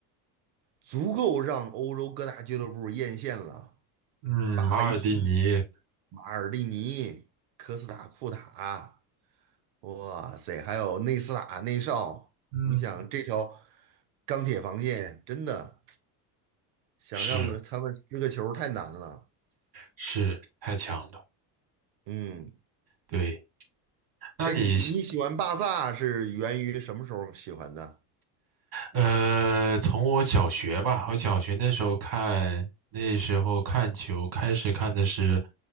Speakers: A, on the right; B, on the right.
A: 足够让欧洲各大俱乐部艳羡了。
B: 嗯，
A: 巴雷西、
B: 马尔蒂尼，
A: 马尔蒂尼、科斯塔库塔，哇塞，还有内斯塔、内绍。
B: 嗯，
A: 你想这条钢铁防线，真的想让个他们失个球太难了。
B: 是是太强了。
A: 嗯，
B: 对，那你
A: 哎，你你喜欢巴萨是源于什么时候喜欢的？
B: 呃，从我小学吧，我小学那时候看，那时候看球开始看的是